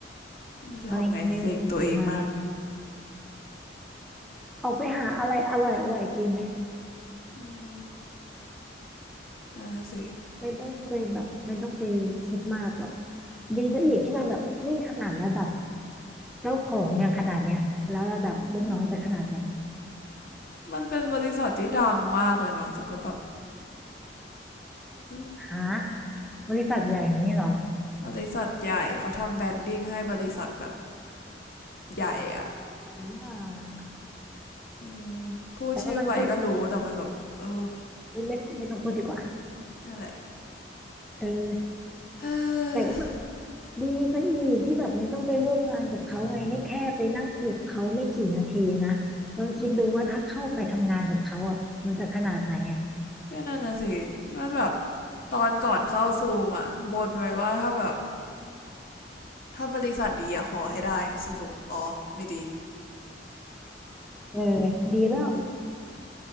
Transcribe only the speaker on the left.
จะทำไงเซ็งตัวเองมาก
อืมอ่าสิ
อืมมันเป็นบริษัทที่ดังมากเลยเนาะแต่ก็แบบอืม
อืมบริษัทใหญ่เขาทำแบรนดิ้งให้บริษัทแบบใหญ่อ่ะ
อืมพูดชื่อไปก็รู้แต่มันแบบเออ
นั่นแหละ
เอ้อ
อืมก็นั่นน่ะสิมันแบบตอนก่อนเข้าซูมอ่ะบนไว้ว่าถ้าแบบถ้าบริษัทดีอะขอให้ได้สรุปอ๋อไม่ดี